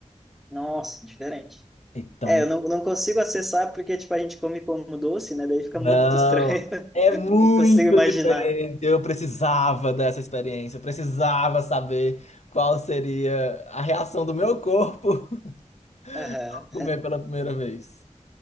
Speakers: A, in the centre; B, on the left (about 65°).
A: Nossa, diferente.
B: Então,
A: É, eu não, não consigo acessar porque, tipo, a gente come como doce, né? Daí fica
B: não,
A: muito estranho. <laughs>
B: é muito
A: Não consigo imaginar.
B: diferente. Eu precisava dessa experiência, eu precisava saber qual seria a reação do meu corpo
A: Aham.
B: <laughs> comer pela primeira vez.